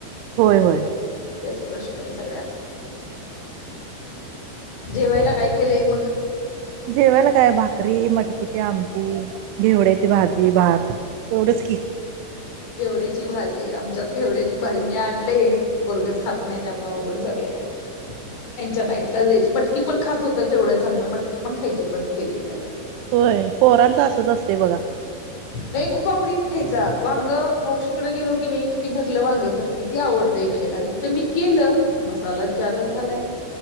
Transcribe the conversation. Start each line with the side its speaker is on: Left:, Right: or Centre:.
Right: होय होय.
Left: तेच प्रश्न आहे सगळ्यात जेवायला काय केलंय मंग.
Right: जेवायला काय भाकरी मटकीची आमटी घेवडयाची भाजी भात एवढीच की.
Left: घेवड्याची भाजी. आमच्यात घेवड्याची भाजी मी आणलंय. पोरगंच खात नाही त्यामुळं अवघड झालंया. त्यांच्या नाईटला द्यायची. मटकी पण खात होता केवढं चांगलं. मटकी पण खायची बंद केलीये त्यानं.
Right: होय पोरांचं असच असतंय बघा.
Left: नाही खूप आवडीनं खायचा. वांग मावशीकडे गेलो की नाही कि ती भरलं वांग करती ते आवडतं. खायला आणि हिथ मी केलं मसालाच जादा झालाय.